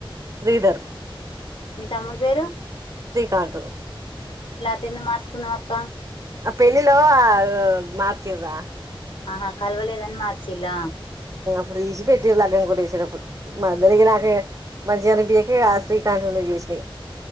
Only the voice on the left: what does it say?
మీ తమ్ముడి పేరు
పేరెందుకు మార్చుకున్నవ్ అక్క
ఆహా కల్వలేదని మార్చ్ ఇలా